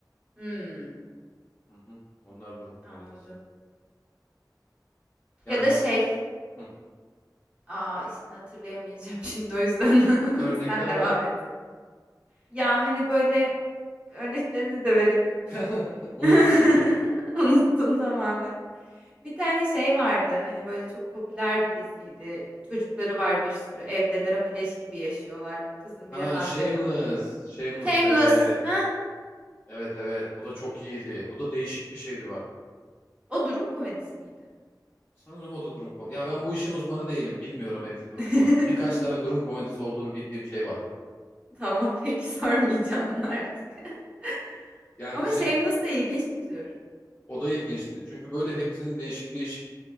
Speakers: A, on the right (about 15°); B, on the left (about 20°).
A: Hmm,
B: Hı hı. Onlar durum
A: anladım.
B: komedisi. Yani
A: Ya da şey
B: hı.
A: Aa ismini hatırlayamayacağım <laughs> şimdi o yüzden. <laughs>
B: örnekler
A: Sen devam
B: ver.
A: et. Ya hani böyle örneklerini de veremiyormuşum.
B: <laughs> Unuttum
A: <laughs>
B: diye.
A: Unuttum tamamen. Bir tane şey vardı. Hani böyle çok popüler bir diziydi. Çocukları var bir sürü. Evdeler ama leş gibi yaşıyorlar. Kızın biri
B: Ha,
A: hamile
B: Shameless.
A: kalıyor.
B: Shameless.
A: Shameless.
B: Evet.
A: Ha?
B: Evet evet. O da çok iyiydi. O da değişik bir şeydi bak.
A: O durum komedisi miydi?
B: Sanırım o da durum komedisi. Ya ben bu işin uzmanı değilim. Bilmiyorum hepsi durum
A: <laughs>
B: komedisi. Birkaç tane durum komedisi olduğunu bildiğim şey var.
A: Tamam peki sormayacağım bunu artık. <laughs>
B: Yani
A: Ama
B: şey
A: Shameless da ilginç bir tür.
B: o da ilginçti. Çünkü böyle hepsini değişik değişik